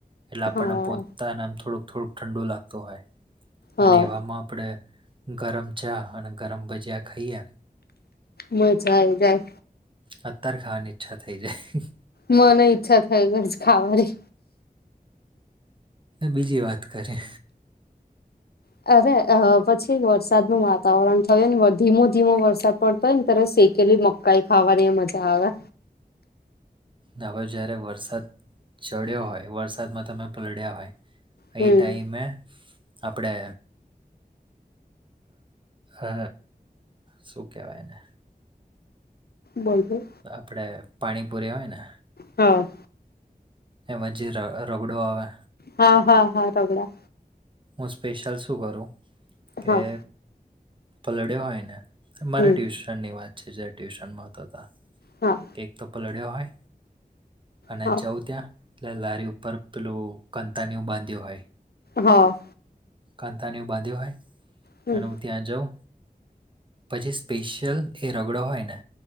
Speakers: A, on the right (about 30°); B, on the left (about 80°).
A: એટલે આપણને
B: હા
A: પોતાને આમ થોડુંક થોડુંક ઠંડુ લાગતું હોય
B: હા
A: અને એવામાં આપણે ગરમ ચા અને ગરમ ભજીયા ખાઈએ
B: મજા આ જાય
A: ત્યારે ખાવા ની ઈચ્છા થઇ જાય
B: મને ઈચ્છા થઈ ગય ખાવાની
A: બીજી વાત કરી
B: અરે અ પછી વરસાદ ન વાતાવરણ થયું ને ધીમો ધીમો વરસાદ પડતો હોય ને ત્યારે શેકેલી મ કાઈ ખાવાની એ મજા આવે
A: હવે જયારે વરસાદ ચડ્યો હોય વરસાદમાં તમે પલડ્યા હોય
B: હમ
A: ઈ ટાઈમે આપડે અ શું કેહેવાય એને
B: બોલતો
A: આપડે પાણીપુરી હોય ને
B: હા
A: એમાં જે રગડો આવે
B: હા હા હા રગડા
A: હું સ્પેશિયલ શું કરું કે
B: હા
A: પલળ્યો હોય ને મારે
B: હમ
A: ટ્યુશન ની વાત છે જારે ટ્યુશનમાં તો ત
B: હા
A: એક તો પલળ્યો હોય અને
B: હા
A: જઉં ત્યાં લે લારી ઉપર પેલું કતાનીું બાંધ્યો હોય
B: હા
A: કતાનીું બાંધ્યો હોય
B: હમ
A: ત્યાં જાઉં પછી સ્પેશિયલ એ રગડો હોય ને